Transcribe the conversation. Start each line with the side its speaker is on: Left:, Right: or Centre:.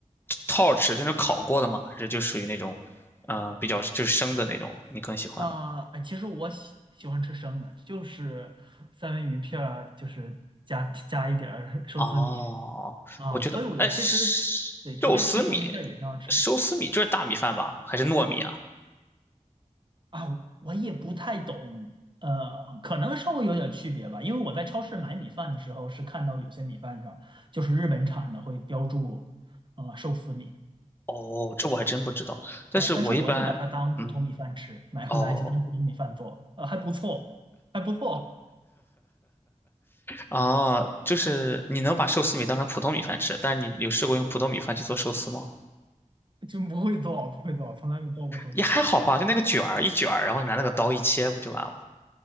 Left: 套吃，就是烤过的吗？还是就属于那种，嗯、比较就是生的那种，你更喜欢呢？
Right: 啊。哎，其实我喜喜欢吃生的，就是三文鱼片儿，就是加加一点儿寿司米
Left: 哦，
Right: 啊。
Left: 我觉得，
Right: 所以我其实对直接吃生鱼片儿也挺好吃。
Left: 哎，寿司米，寿司米就是大米饭吧？还是糯米啊？
Right: 啊，我也不太懂，呃，可能稍微有点区别吧，因为我在超市买米饭的时候是看到有些米饭上就是日本产的会标注，呃，寿司米
Left: 哦，这我还真不知道。但是我一般，
Right: 啊，但是我就把它当普通米饭吃，
Left: 嗯，
Right: 买回来就当普通米饭做，
Left: 哦。
Right: 呃，还不错，还不错，
Left: 哦，就是你能把寿司米当成普通米饭吃，但是你有试过用普通米饭去做寿司吗？
Right: 就不会做，不会做，从来没做过寿司
Left: 也还好吧，就那个卷儿一卷儿，然后你拿那个刀一切，不就完了？